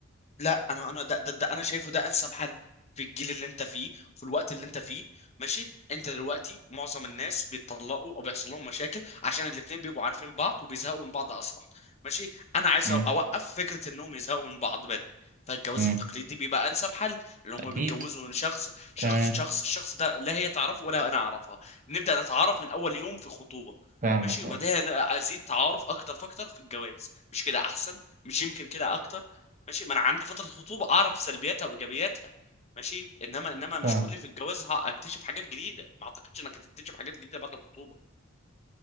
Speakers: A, on the left; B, on the right.
A: لا انا انا ده, ده, ده انا شايفه ده انسب حل في الجيل اللي انت فيه في الوقت اللي انت فيه ماشي انت دلوقتي معظم الناس بيتطلقوا او بيحصل لهم مشاكل عشان الاتنين بيبقوا عارفين بعض وبيزهقوا من بعض اسرع ماشي انا عايز
B: امم
A: اوقف فكرة انهم يزهقوا من بعض بدري فالجواز
B: امم
A: التقليدي بيبقى انسب حل اللي هم
B: اكيد
A: بيتجوزوا من شخص شخص
B: تمام
A: شخص الشخص ده لا هي تعرفه ولا انا اعرفها بنبدأ نتعرف من اول يوم في خطوبة
B: فاهمك
A: ماشي وبعدها
B: اه
A: ازيد تعارف اكتر فاكتر في الجواز مش كده احسن مش يمكن كده اكتر ماشي ما انا عندي فتره خطوبه اعرف سلبياتها وايجابياتها ماشي انما انما
B: فاهم
A: مش تقول لي في الجواز هكتشف حاجات جديده ما اعتقدش انك هتكتشف حاجات جديده بعد الخطوبه